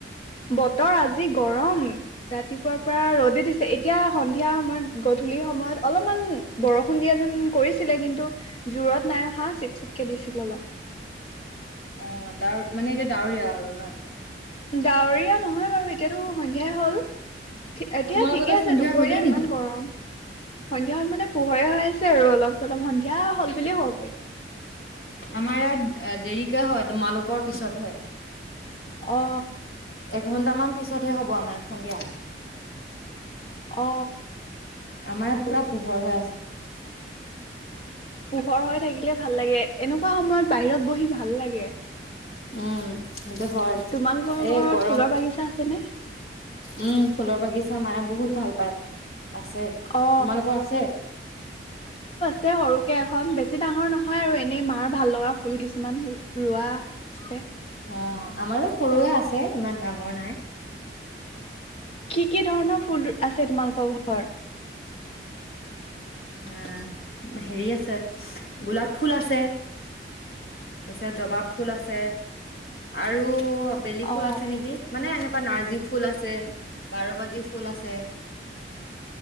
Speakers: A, on the left (about 30°); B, on the left (about 60°).
A: বতৰ আজি গৰম। ৰাতিপুৱাৰ পৰা ৰদে দিছে, এতিয়া সন্ধিয়া সময়ত- গধূলি সময়ত অলপমান বৰষুণ দিয়া যেন কৰিছিলে কিন্তু জোৰত নাই অহা। চিপ-চিপকে দিছিল অলপ।
B: অ ডাৱ মানে এতিয়া ডাৱৰীয়া আৰু ন?
A: ডাৱৰীয়া নহয় বাৰু এতিয়াতো সন্ধিয়াই হল। এতিয়া
B: তোমালোকৰ
A: ঠিকে
B: তাত
A: আছে।
B: সন্ধিয়া
A: দুপৰীয়া
B: হ'লেই নেকি?
A: ইমান গৰম। সন্ধিয়া হয় মানে পোহৰে হৈ আছে আৰু অলপ চলপ, সন্ধিয়া হ'ল বুলিয়ে ক'ব পাৰি।
B: আমাৰ ইয়াত এহ, দেৰিকে হয়, তোমালোকৰ পিছত হয়।
A: অ।
B: এ ঘণ্টামান পিছতহে হব আমাৰ সন্ধিয়া।
A: অ
B: আমাৰ ইয়াত পুৰা পোহৰ হৈ আছে।
A: পোহৰ হৈ থাকিলে ভাল লাগে এনুক খোৱা সময়ত বাহিৰত বহি ভাল লাগে।
B: উম হওঁতে হয়
A: তোমালোকৰ
B: এই
A: ঘৰত
B: গৰম।
A: ফুলৰ বাগিচা আছেনে
B: উম ফুলৰ বাগিছা মায়ে বহুত ভাল পায়। আছে।
A: অ
B: তোমালোকৰ আছে?
A: যে সৰুকে এখন বেছি ডাঙৰ নয় নহয় আৰু এনেই মাৰ ভাল লগা ফুল কিছু কিছুমান ৰোৱা আছে
B: অ আমাৰো সৰুৱে আছে ইমান ডাঙৰ নাই।
A: কি কি ধৰণৰ ফুল আছে তোমালোকৰ ঘৰত?
B: এ হেৰি আছে গোলাপ ফুল আছে তাৰপিছত জবা ফুল আছে আৰু বেলি ফুল
A: অ
B: আছে নেকি, মানে এনে নাৰ্জী ফুল আছে বাৰ বাজি ফুল আছে।